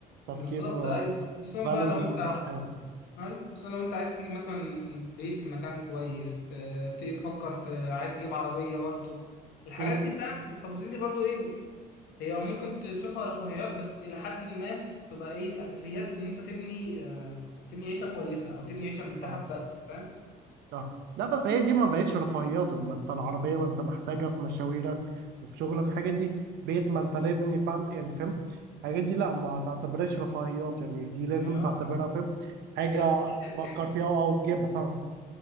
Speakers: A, on the right; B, on the left.
A: تفكير
B: بالظبط ايوه
A: آه،
B: خصوصا
A: بالغ
B: بقى لو
A: وصح
B: انت
A: يعني <laughs>
B: أيوة، خصوصا لو انت عايز تجيب مثلا بيت في مكان كويس ت- تبتدي تفكر في عايز تجيب عربية برضو الحاجات
A: م-
B: دي فاهم التفاصيل دي برضو ايه هي ممكن تشوفها رفاهيات بس إلى حد ما تبقى ايه أساسيات إن أنت تبني آه، تبني عيشة كويسة أو تبني عيشة مرتاحة
A: اه
B: في بلد فاهم
A: آه. لا بس هي دي ما بقتش رفاهيات ما انت العربية ما انت محتاجها في مشاويرك وفي شغلك
B: بالظبط
A: الحاجات دي بيت ما انت لازم يبقى عند- يعني فاهم الحاجات دي لا ما تعتبرهاش رفاهيات يعني دي لازم
B: هي آه،
A: تعتبرها فاهم حاجة
B: دي أساسيات
A: تفكر
B: <laughs>
A: فيها او تجيبها